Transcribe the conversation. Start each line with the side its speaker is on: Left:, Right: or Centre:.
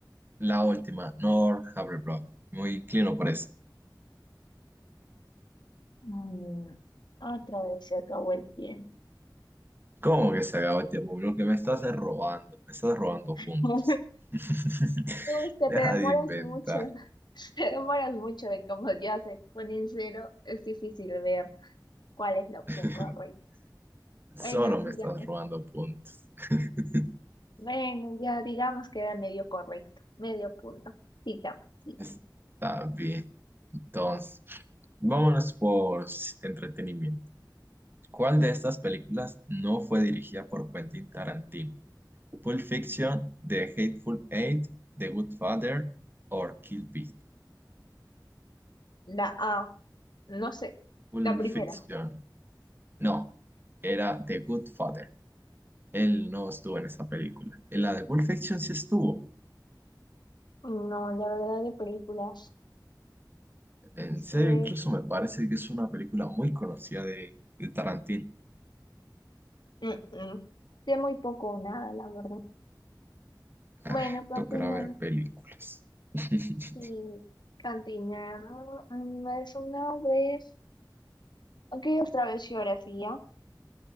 Right: La última, Nor Havertz. Muy inclino por eso.
Left: Mm, otra vez se acabó el tiempo.
Right: ¿Cómo que se acabó el tiempo? Lo que me estás es robando. Me estás robando
Left: <laughs>
Right: puntos.
Left: No,
Right: <laughs>
Left: es que
Right: Deja
Left: te demoras
Right: de inventar.
Left: mucho, <laughs> te demoras mucho y como ya se pone en cero, es difícil ver cuál es la opción
Right: <laughs>
Left: correcta.
Right: Solo
Left: Bueno, sigamos.
Right: me estás robando puntos. <laughs>
Left: Bueno, ya digamos que era medio correcto, medio punto. Digamos, digamos.
Right: Está bien. Entonces, vámonos por s- entretenimiento. ¿Cuál de estas películas no fue dirigida por Quentin Tarantino? Pulp Fiction, The Hateful Eight, The Good Father o Kill Bill.
Left: La A, no sé,
Right: Pulp
Left: la primera.
Right: Fiction. No, era The Good Father. Él no estuvo en esa película. En la de Pulp Fiction sí estuvo.
Left: No, la verdad de películas
Right: En
Left: sé,
Right: serio, incluso me parece que es una película muy conocida de, de Tarantino.
Left: Mm, mm. sé muy poco o nada, la verdad.
Right: Ah,
Left: Bueno, continuemos.
Right: Tocará ver películas. <laughs>
Left: Y continuemos. Mm, Es una vez. Aquí otra vez geografía.